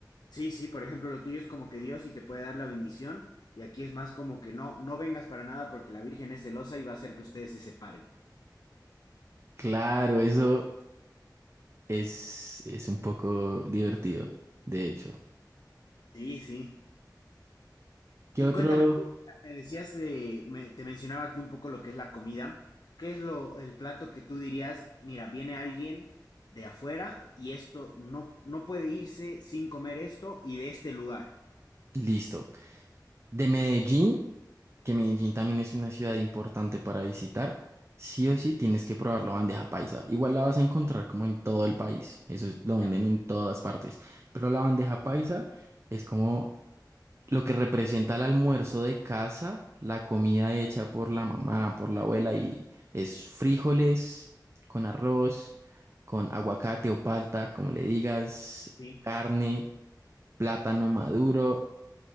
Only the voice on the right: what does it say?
Claro, eso Es, es un poco divertido, de hecho.
¿Qué
otro?
Listo. De Medellín, que Medellín también es una ciudad importante para visitar, sí
o sí tienes que probar la bandeja paisa. Igual la vas a encontrar como en todo el país, eso es- lo
venden en todas partes, pero la bandeja paisa es como lo que representa el almuerzo de casa, la comida hecha por la mamá, por la abuela, y es frijoles con arroz, con aguacate o palta, como le digas,
carne, plátano maduro,